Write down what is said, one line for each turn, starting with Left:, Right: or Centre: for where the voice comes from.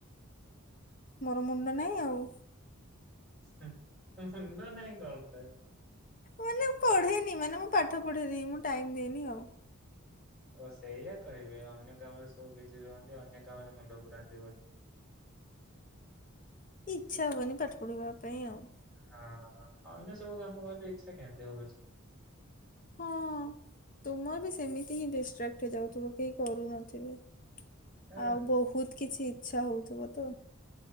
Left: ମୋର ମୁଣ୍ଡ ନାଇଁ ଆଉ।
Centre: ହୁଂ ହୁଂ ହୁଂ ମୁଣ୍ଡ ନାଇଁ କଣ ଥାଏ?
Left: ମାନେ ପଢେନି ମାନେ ମୁଁ ପାଠ ପଢେନି ମୁଁ ଟାଇମ ଦିଏନି ଆଉ।
Centre: ଓ ସେଇଆ କହିବେ ଅନ୍ୟ କାମରେ ସବୁ ବିଜି ରୁହନ୍ତି ଅନ୍ୟ କାମରେ ମୁଣ୍ଡ ପୁରାନ୍ତି ବୋଲି।
Left: ଇଚ୍ଛା ହୁଏନି ପାଠ ପଢିବା ପାଇଁ ଆଉ।
Centre: ହଁ ହଁ ଅନ୍ୟ ସବୁ କାମ କଲେ ଇଚ୍ଛା କେମିତି ହବ ଯେ?
Left: ହଁ। ତୁମର ବି ସେମିତି ହିଁ ଡିଷ୍ଟ୍ରାକ୍ଟ ହେଇଯାଉଥିବ କେହି କରୁନଥିବେ।
Centre: ଆରେ
Left: ଆଉ ବହୁତ କିଛି ଇଛା ହଉଥିବ ତ।